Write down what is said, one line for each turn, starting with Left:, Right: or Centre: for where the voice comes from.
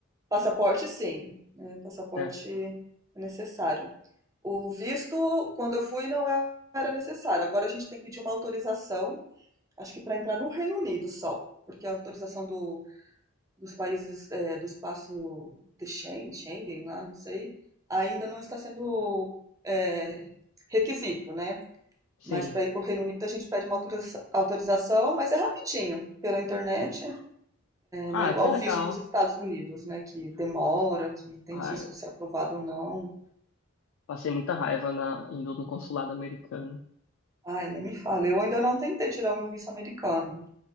Right: Passaporte, sim, né, passaporte
Left: Certo.
Right: é necessário. O visto, quando eu fui, não era necessário. Agora a gente tem que pedir uma autorização, acho que para entrar no Reino Unido só, porque a autorização do- dos países é, do espaço de Schengen, Schengen lá, não sei, ainda não está sendo é, requisito, né?
Left: Sim.
Right: Mas para ir para o Reino Unido a gente pede uma autoriza- autorização, mas é rapidinho, pela internet,
Left: Ah,
Right: não é igual
Left: que legal.
Right: o visto dos Estados Unidos, né? Que demora, que tem
Left: Ai,
Right: risco de ser aprovado ou não.
Left: passei muita raiva na, indo no consulado americano.
Right: Ai, nem me fala. Eu ainda não tentei tirar o meu visto americano.